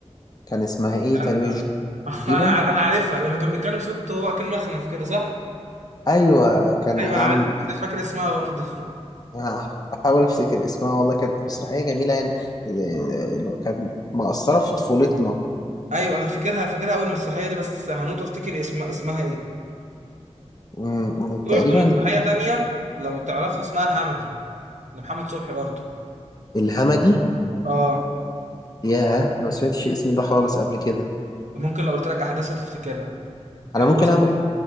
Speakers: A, on the left; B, on the right.
A: كان اسمها إيه تقريبا
B: انا
A: جو-
B: <laughs>
A: تقريبا
B: انا ع- انا عارفها لما كان بيتكلم صوته هو كان مخنف كده صح
A: أيوة كان
B: ايوه
A: عم
B: انا عارفها بس مش فاكر اسمها برضه <laughs>
A: أنا بحاول افتكر اسمها والله كانت مسرحيه جميله يعني آه، آه، اللي هو كانت مأثره في طفولتنا
B: ايوه انا فاكرها فاكرها اول مسرحيه دي بس هموت وافتكر اسمها اسمها ايه
A: مم، تقريبا
B: في برضه مسرحيه تانية لو تعرفها اسمها الهمجي لمحمد صبحي برضه
A: الهمجي
B: اه
A: ياه ما سمعتش الاسم ده خالص قبل كده
B: ممكن لو قلت لك احداثها تفتكرها يعني
A: انا ممكن
B: بص
A: اعمل